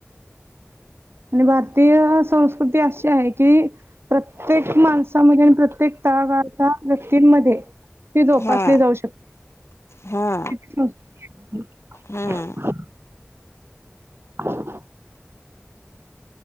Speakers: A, on the right; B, on the left.
A: आणि भारतीय संस्कृती अशी आहे की. प्रत्येक माणसा म्हणजे आणि प्रत्येक तळागाळाचा म ती जोपासली
B: हा
A: जाऊ शकते
B: हा
A: <unintelligible>
B: हा
A: <unintelligible>